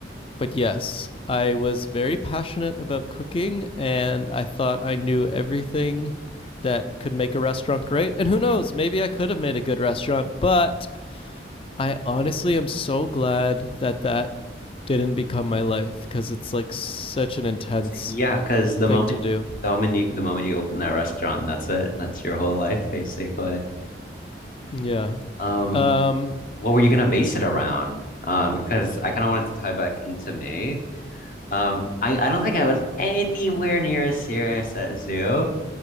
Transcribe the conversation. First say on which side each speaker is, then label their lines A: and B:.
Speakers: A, on the left (about 30°); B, on the left (about 45°).
A: but yes, I was very passionate about cooking, and I thought I knew everything that could make a restaurant great. And who knows, maybe I could have made a good restaurant, but I honestly am so glad that that didn't become my life because it's like such an intense
B: Yeah, because the
A: thing
B: moment
A: to do.
B: the moment you the moment you open that restaurant, that's it. That's your whole life basically.
A: Yeah.
B: Um,
A: Um.
B: what were you gonna base it around? Uh, because I kind of wanted to tie back into May. Um, I, I don't think I was anywhere near as serious at Zoo,